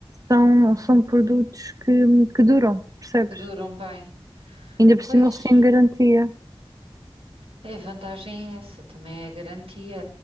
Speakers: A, on the right; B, on the right.
A: são, são produtos que, que duram, percebes?
B: que duram bem.
A: Ainda por
B: Pois,
A: cima eles têm garantia.
B: a vantagem é essa, também é a garantia.